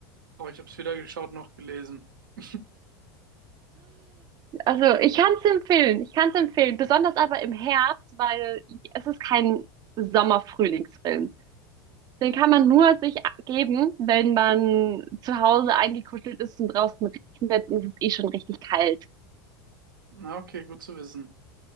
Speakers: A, on the right; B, on the right.
A: Aber ich habe es weder geschaut noch gelesen. <laughs>
B: Also, ich kann es empfehlen, ich kann es empfehlen, besonders aber im Herbst, weil es ist kein Sommer-Frühlingsfilm. Den kann man nur sich geben, wenn man zu Hause eingekuschelt ist und draußen regnet und es ist eh schon richtig kalt.
A: Na, okay, gut zu wissen.